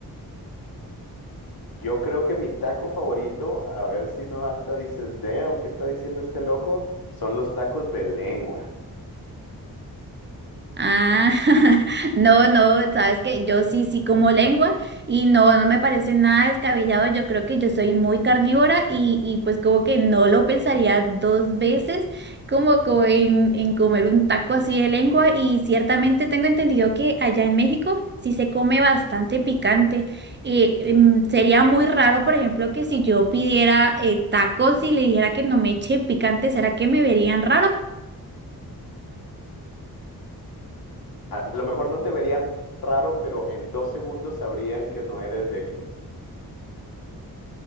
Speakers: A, on the left; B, on the right.
A: Yo creo que mi taco favorito, a ver si no hasta dices, damn, ¿qué está diciendo este loco? Son los tacos de lengua.
B: Ah, <laughs> no, no, sabes que yo sí, sí como lengua y no, no me parece nada descabellado. Yo creo que yo soy muy carnívora y, y pues como que no lo pensaría dos veces como, como en, en comer un taco así de lengua y ciertamente tengo entendido que allá en México sí se come bastante picante. Eh, em, sería muy raro, por ejemplo, que si yo pidiera eh, tacos y le dijera que no me eche picante, ¿será que me verían raro?
A: A lo mejor no te verían raro, pero en dos segundos sabrían que no eres de aquí.